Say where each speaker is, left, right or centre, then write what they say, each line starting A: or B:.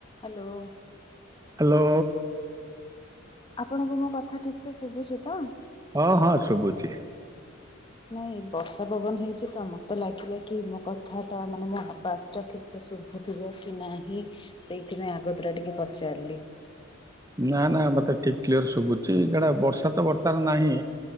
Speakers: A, on the left (about 25°); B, on the right (about 15°).
A: Hello.
B: Hello.
A: ଆପଣଙ୍କୁ ମୋ କଥା ଠିକ୍ ସେ ଶୁଭୁଛି ତ?
B: ହଁ ହଁ ଶୁଭୁଚି।
A: ନାଇଁ ବର୍ଷା ପବନ ହେଇଛି ତ ମତେ ଲାଗିଲା କି ମୋ କଥା ଟା ମାନେ ମଁ ଆବାସ ଟା ଠିକ୍ ସେ ଶୁଭୁଥିବ କି ନାହିଁ ସେଇଥିପାଇଁ ଆଗ ତୁରା ଟିକେ ପଚାରିଲି।
B: ନା ନା ମତେ ଠିକ କ୍ଲିୟର ଶୁଭୁଚି କାଡା ବର୍ଷା ତ ବର୍ତ୍ତମାନ ନାହିଁ।